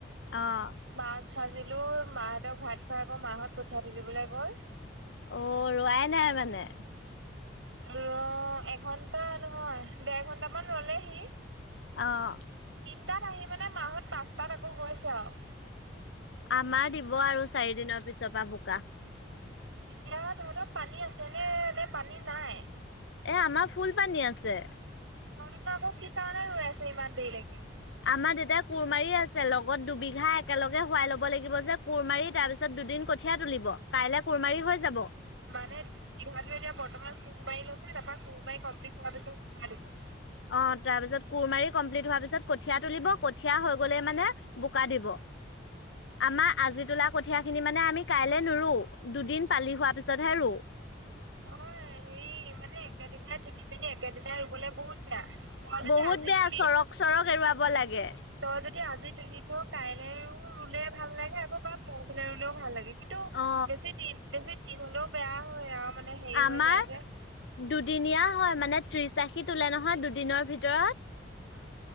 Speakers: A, on the left; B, on the right.
A: অ
B: মাছ ভাজিলো মাহঁতক ভাত খুৱাই আকৌ মাহঁত কঠিয়া তুলিবলৈ কৈ
A: অ ৰোৱাই নাই মানে
B: ৰ এঘন্টা নহয় দেৰ ঘন্টামান ৰলেহি
A: অ
B: তিনটাত আহি মানে মাহত পাঁচটাত আকৌ গৈছে আৰু
A: আমাৰ দিব আৰু চাৰি দিনৰ পিছৰ পৰা বোকা
B: এতিয়া তহঁতৰ পানী আছে নে নে পানী নাই
A: এ আমাৰ ফুল পানী আছে
B: নন আকৌ কিি কাৰ হৈ আছে ইমান দেৰিলৈকে
A: আমাৰ দেউতাই কোৰমাৰি আছে লগত দুবিঘা একেলগে শুৱাই লব লাগিব যে কোৰ মাৰি তাৰ পিছত দুদিন ক কঠীয়াা তুলিব কাইলে কুৰমাৰি হৈ যাব
B: মানে দু বিঘা মাটি এতিয়া বৰ্তমান কুৰ মাৰি লৈছে তাৰাপৰা কুৰমাৰি কমপ্লিট হ পিছতাই দিব
A: অ তাৰ পিছত কোৰ মাৰি কমপ্লিট হোৱাৰ পিছত কঠিয়া তুলিব কঠীয়া হৈ গলেই মানে বোকা দিব <inaudible> আমাৰ আজি তোলা কঠিয় খিনি মানে আমি কাইলৈ নৰো দুদিন পালি হোৱা পিছতহে ৰু
B: অ হেৰি মানে একেদিনাই তুলিি পিনি একেদিনাই ৰুবলে বহুত বেয়া তই যদি
A: বহুত
B: আজি
A: বেয়া
B: তুলি
A: চৰক চৰক এৰুৱাব লাগে
B: তই যদি আজি তুলি থ কাইলে ৰুলে ভাল লাগে আকৌ বা পৰহিলে ৰুলেও ভাল লাগে কিন্তু
A: অ
B: বেছি দিন বেছি দিন হ'লেও বেয়া হয় আৰু মানে হেৰি
A: আমাৰ
B: হৈ যায় যে।
A: দুদিনীয়া হয় মানে ত্ৰিশ আশী তোলে নহয় দুদিনৰ ভিতৰত
B: উম